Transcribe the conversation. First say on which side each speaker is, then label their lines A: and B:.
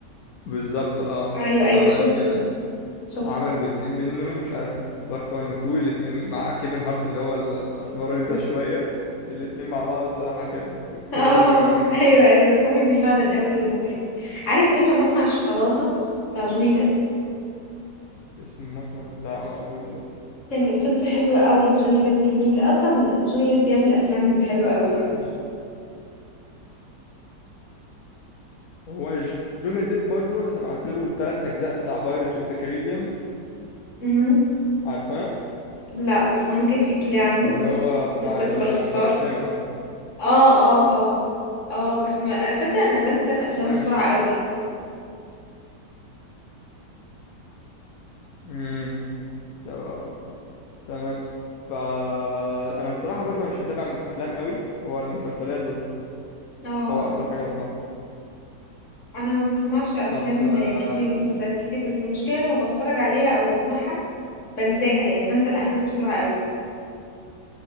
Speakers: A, on the left; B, on the left.
A: بالظبط اه
B: أيوة أيوة
A: عمل
B: شفته
A: كده
B: شفته
A: عمل جزئين منه مش عارف بارت 1 و 2 الاتنين مع كيفن هارت اللي هو الاسمراني ده شوية الاتنين مع بعض الصراحة كان
B: <laughs>
A: كوميدي
B: اه
A: قوي قوي يعني
B: أيوة أيوة كوميدي فعلا قوي مضحك عارف فيلم مصنع الشوكولاتة بتاع جوني ديب
A: اسمه مصنع لا ما اعرفوش ده
B: كان فيلم حلو أوي لجوني ديب جميل، أصلًا جوني ديب بيعمل أفلام حلوة
A: آه،
B: أوي.
A: ج- هو جوني ديب برضو انا سمعت له التلات اجزاء بتاع بايرتس اوف ذا كاريبيان
B: اهم.
A: عارفاه
B: لأ، بس ممكن تحكي لي عنه؟
A: اللي هو بتاع
B: قصته
A: القراصنة
B: باختصار؟
A: ده
B: آه، آه، آه، آه، بس ما أنا صدق أنا بانسى الأفلام
A: هو انا
B: بسرعة
A: مش
B: أوي.
A: امم ده بقى- تمام فانا الصراحة برضو أنا مش متابع افلام قوي هو المسلسلات بس
B: آه،
A: هو
B: آه،
A: اكتر حاجة بسمعها
B: أنا ما باسمعش أفلام
A: طب آه،
B: كتير ومسلسلات كتير، بس المشكلة لمّا باتفرج عليها أو باسمعها بانساها، يعني بانسى الأحداث بسرعة أوي.